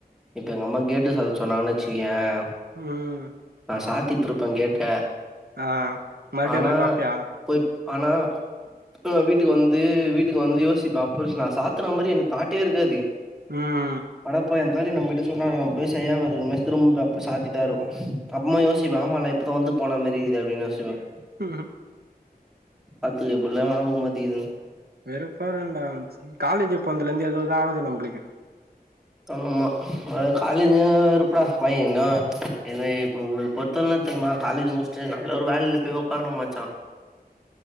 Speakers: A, in the centre; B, on the right (about 75°).
A: இப்ப எங்க அம்மா கேட்டு சாத்த சொன்னாங்கன்னு வச்சுக்கோயேன்
B: ம்
A: நான் சாத்திட்டிருப்பேன் கேட்ட
B: ஆ மறுபடியும்
A: ஆனா
B: போய் பாப்பியா
A: போய் ஆனா இப்போ வீட்டுக்கு வந்து வீட் க்கு வந்து யோசிப்ப அப்ப நான் சாத்துன மாதிரி எனக்கு தாட்டே இருக்காது
B: ம்
A: அடப்போயா <unintelligible> சொன்னா நம் போய் செய்யாம திரும்ப சாத்தித்தா இருக்கு அப்பரமா யோசிப்ப ஆமால அதான் வந்து போன மேரி இருக்கு அப்படின்னு நா சொல்லுவேன்.
B: ம்
A: பாத்துக்க எப்படி எல்லா ஞாபக மறதி இருக்ன்னு
B: வெறுப்பா இருக்கும் டா காலேஜ் போனதுல இருந்து ஏதுதோதா ஆகுது நம்பளுக்கு
A: ஆமா ஆமா காலேஜ் வெறுப்புடா பைய இன்னும் <unintelligible> அப்றம் என்ன தெரியுமா காலேஜ் முடிச்சுட்டு நல்ல ஒரு வேலைல போய் உடக்காரணும் மச்சா